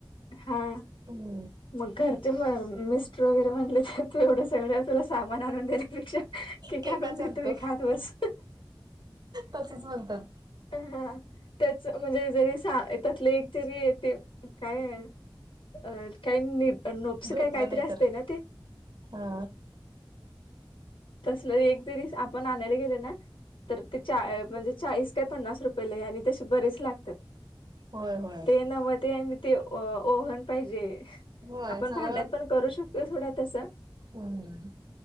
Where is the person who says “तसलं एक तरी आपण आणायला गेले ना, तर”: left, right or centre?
Left